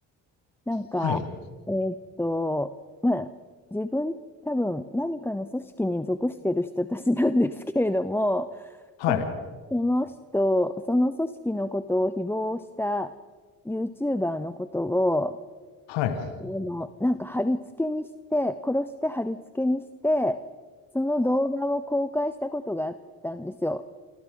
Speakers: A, in the centre; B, on the left.
A: なんか、
B: はい、
A: えーっと、まあ、自分、多分何かの組織に属してる人たちなんですけれども、<laughs>
B: はい、
A: そ、その人、その組織のことを誹謗した YouTuber のことを、
B: はい、
A: あの、なんか貼り付けにして、殺して貼り付けにして、その動画を公開したことがあったんですよ。